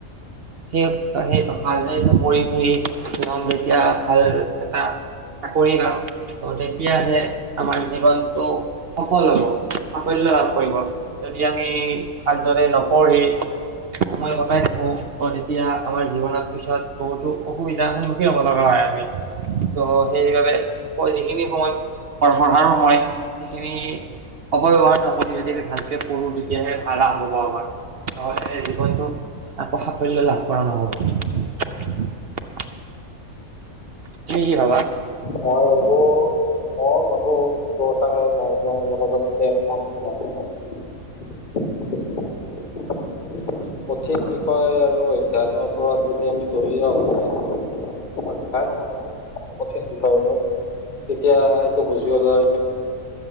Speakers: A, on the right; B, on the left.
A: সেই সেই ভালদৰে পঢ়ি হেই যাওঁ যেতিয়া ভাল এটা চাকৰি পাম। ত তেতিয়াহে আমাৰ জীৱনটো সফল হব সাফল্য লাভ কৰিব। যদি আমি ভালদৰে নপঢ়ি সময় কটাই থাকো তেতিয়া আমাৰ জীৱনত পিছত বহুতো অসুবিধাৰ সন্মুখীন হ'ব লগা হয় আমি ।ত' সেইবাবে যিখিনি সময় প পঢ়াৰ সময় সেইখিনি অপব্যবহাৰ নকৰি যদি আমি ভালকে পঢ়োঁ, তেতিয়াহে ভালা হ'ব আমাৰ । নহলে জীৱনটো সাফল্য লাভ কৰা নহ'ব। তুমি কি ভাবা?
B: মই ভাবো মই ভাবো এইটো কথা মই তোমাৰ লগত আচলতে একমত <inaudible> কঠিন বিষয় আৰু অধ্য়নৰ ওপৰত যদি আমি দলীয়ভাৱে অধ্য়ন কৰো কঠিন হয় তেতিয়া সেইটো বুজি ।